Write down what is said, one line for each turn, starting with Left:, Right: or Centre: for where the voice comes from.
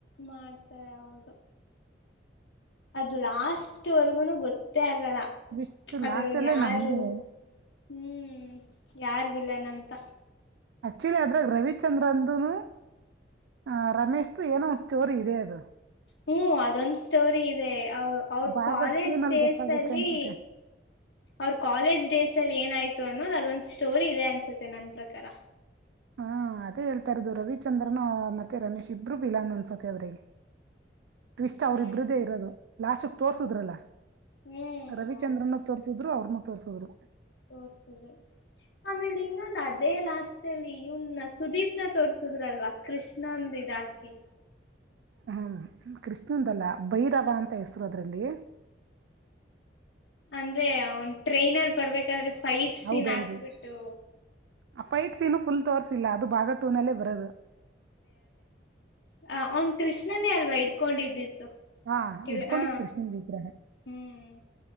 Left: ಮಾಡ್ತಾರ ಹೌದು ಅದು ಲಾಸ್ಟ್ ವರೆಗೂನು ಗೊತ್ತೇ ಆಗ್ ಲ
Right: ಇಷ್ಟು
Left: ಅದ್ರೊಳಗೆ
Right: ಲಾಸ್ಟ್ ಅಲ್ಲೇ
Left: ಯಾರು
Right: ನನ್ಗೂ
Left: ಹ್ಮ್ ಯಾರ್ಗಿಲ್ಲನಂತ
Right: ಆಕ್ಚುಲಿ ಅದ್ರಾಗ ರವಿಚಂದ್ರನ್ಂದುನು ಆ ರಮೇಶ್್ದ ಏನೋ ಒಂದ ಸ್ಟೋರಿ ಇದೆ ಅದು
Left: ಹ್ಮ್ ಅದೊಂದ್ ಸ್ಟೋರಿ ಇದೆ ಅವ್ರ
Right: ಭಾಗ
Left: ಕಾಲೇಜ್
Right: ಟೂ ನಲ್ಲಿ
Left: ಡೇಸ್
Right: ಗೊತ್ತಾಗುತ್ತೆ
Left: ಅಲ್ಲಿ
Right: ಅನ್ಸುತ್ತೆ
Left: ಅವ್ರ ಕಾಲೇಜ್ ಡೇಸ್ ಅಲ್ಲಿ ಏನಾಯತು ಇತ್ತು ಅನ್ನೋದು ಅದೊಂದು್ ಸ್ಟೋರಿ ಇದೆ ಅನ್ಸುತ್ತೆ ನನ್ನ ಪ್ರಕಾರ
Right: ಹಾ ಅದೇ ಹೇಳ್ತಾ ಇರೋದು ರವಿಚಂದ್ರನ್ ಮತ್ತೆ ರಮೇಶ್ ಇಬರು ವಿಲಾನ್ ಅನ್ಸತ್ತ ಅದ್ರಿಗೆ ಟ್ವಿಸ್ಟ್ ಅವ್ರ
Left: ಹ್ಮ್
Right: ಇಬ್ರ್ದೇ ಇರೋದು ಲಾಶಕ್ ತೋರ್ಸುದ್ರಲ್ಲ.
Left: ಹ್ಮ್
Right: ರವಿಚಂದ್ರನ್ನು
Left: ಹೌದು
Right: ತೋರ್ರಿಸಿದ್ರು ಅವ್ರನು. ತೋರ್ಸುದ್ರು.
Left: ತೋರ್ಸುದು ಆಮೇಲೆ ಇನ್ನೊಂದು ಅದೇ ಲಾಸ್ತಲಿ ಇವನ್ನ ಸುದೀಪ್ನ ತೋರ್ಸುದ್ರಲ್ವಾ ಕೃಷ್ಣಂದ ಇದ ಹಾಕಿ.
Right: ಹ್ಮ್ ಕ್ರಿಸ್್ಣಂದಲ್ಲ ಭೈರವ ಅಂತ ಹೆಸ್ರು ಅದ್ರಲ್ಲಿ.
Left: ಅಂದ್ರೆ ಅವನ್ ಟ್ರೈನ್ ಅಲ್ಲಿ ಬರ್ಬೇಕಾದ್ರೆ. ಫೈಟ್ಸನ್
Right: ಹೌದೌದು
Left: ಹಾಕ್ಬಿಟ್ಟು.
Right: ಆ ಫೈಟ್ ಸೀನು ಫುಲ್ ತೋರ್ರಿಸಿಲ್ಲ ಅದು ಭಾಗ ಟೂನಲ್ಲೇ ಬರದು.
Left: ಆ ಒಂದ್ ಕೃಷ್ಣನೇ ಅಲ್ವಾ ಇಡ್ಕೊಂಡಿದ್ದಿತ್ತು
Right: ಹಾ
Left: ಕೆಲ
Right: ಇಡ್ಕೊಂಡಿದ್
Left: ಹ
Right: ಕೃಷ್ಣನ್ ವಿಗ್ರಹ
Left: ಹ್ಮ್.